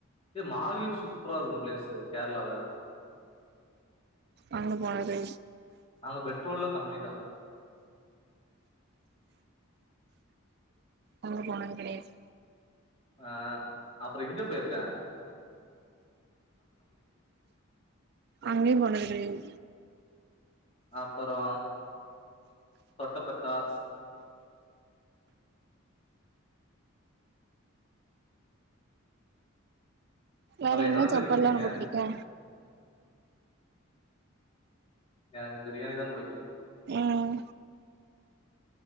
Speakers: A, on the left; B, on the right.
A: ஏ மாகி சூப்பரா இருக்கு பிளேஸ்சு கேரளால
B: அங்க போனது
A: அங்க பெட்ரோல்லா கம்மிதா
B: அங்க போனது கெடையாது
A: ஆஹ் அப்பறோ எங்க போயிருக்க
B: அங்கயு போனது கெடையாது
A: அப்பறோ தொட்டபெட்டாஸ்
B: வேற
A: அப்ப எங்கதா
B: என்ன
A: போயிருக்கீங்க
B: சப்பாடுல்லா
A: நீங்க
B: ரொம்ப பிடிக்கு
A: எனக்கு பிரியாணி தா புடிக்கு
B: உம்